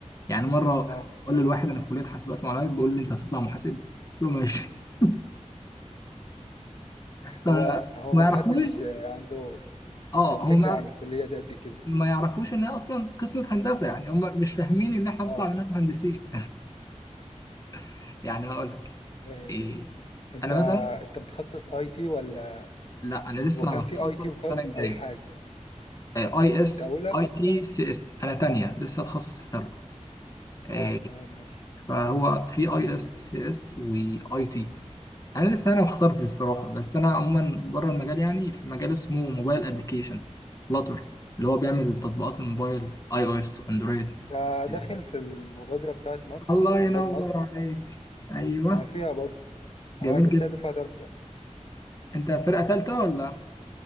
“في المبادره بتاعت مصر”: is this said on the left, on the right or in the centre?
Left